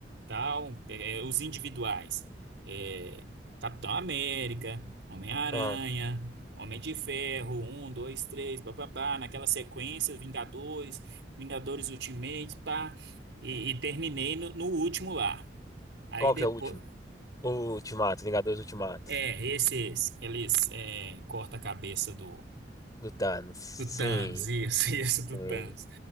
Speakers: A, on the right; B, on the left.
A: tal, é, é, os individuais. É, Capitão América, Homem-Aranha,
B: ah.
A: Homem de Ferro, um, dois, três, papapá, naquela sequência, Vingadores, Vingadores Ultimate, pá, e, e terminei no, no último lá. Aí
B: Qual
A: depois.
B: que é o último? O Ultimato, Vingadores Ultimato,
A: É, esse, esse. Eles é, corta a cabeça do.
B: do Thanos. Sim.
A: Do Thanos, isso, <laughs> isso, do
B: Hum.
A: Thanos.